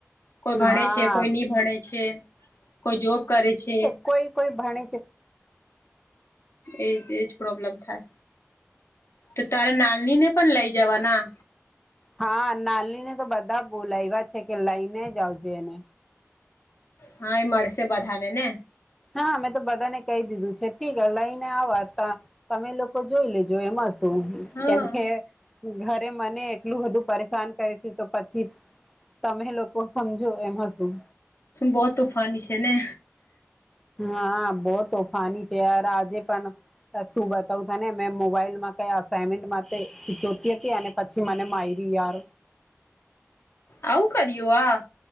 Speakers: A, on the left; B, in the centre.
A: કોઈ ભણે
B: હા
A: છે કોઈ નની ભણે છે કોઈ જોબ કરે છે
B: કોઈ કોઈ ભણે છે
A: એજ એજ પ્રોબ્લેમ થાય તો તારે નાની ને પણ લઈ જવાના
B: હા નાની ને તો બધા બોલા એવા છે કે લઈને જ આવજે એને
A: હા એ મળશે બધાને ને
B: હા મેં તો બધાને કહી દીધું છે ઠીક લઈને આવવા તમે લોકો જોઈ લેજો એ મસ્ત
A: હા
B: કેમ કે ઘરે મને એટલું વધધું પરેશાન કરે છે તો પછી તમે લોકો સમજો એમ હ શું
A: બહુ તુફાની છે ને
B: હા બહ તોફાની છે યાર આજે પણ શું બતાવું ત ને મેં મોબાઈલમાં મેન્ટ ચોતી હતી અને પછી મને મારીરી યાર
A: આવું કરવા